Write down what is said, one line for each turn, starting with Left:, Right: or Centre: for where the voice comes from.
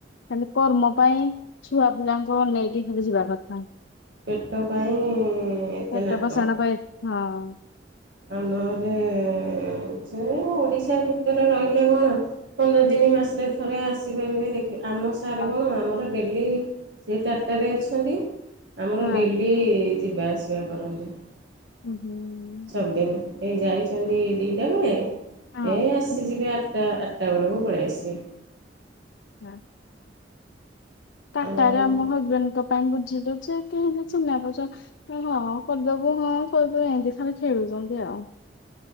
Left: ଖାଲି କର୍ମ ପାଇଁ ଛୁଆ ପିଲାଙ୍କୁ ଅନେଇକି ଖାଲି ଯିବା କଥା।
Right: ପେଟ ପାଇଁ ଏତେ
Left: ପେଟ
Right: ନାଟ।
Left: <unintelligible> ହଁ।
Right: ଆଉ ନହେଲେ କିଛି ନାହିଁ ଓଡିଶା ଭିତରେ ରହିଲେ କଣ ପନ୍ଦର ଦିନି ମାସରେ ଥରେ ଆସିପାରିବେ ଦେଖିବେ, ଆମ ସାରେ
Left: ହଁ
Right: କଣ ଆମର ଡେଲି ସିଏ ଟାଟାରେ ଅଛନ୍ତି ଆମର
Left: ହଁ।
Right: ଡେଲି ଯିବା ଆସିବା କରନ୍ତି।
Left: ହୁଁ-ହୁଁ।
Right: ସବୁଦିନ ଏଇ ଯାଇଚନ୍ତି ଦିଟା ବେଳେ
Left: ହଁ।
Right: ଏଇ ଆସିଯିବେ ଆଠଟା-ଆଠଟା ବେଳକୁ ପଳେଇ ଆସିବେ।
Left: <unintelligible> ଟାଟାରେ
Right: ଆଉ
Left: ଆମ ହଜବେଣ୍ଡଙ୍କ ପାଇଁ ବୁଝିଲୁ ଯେ କେହିବି ଚିହ୍ନା ପରିଚ ହଁ କରିଦବୁ ହଁ କରିଦବୁ ଏମ୍ତି ଖାଲି ଖେଳୁଚନ୍ତି ଆଉ।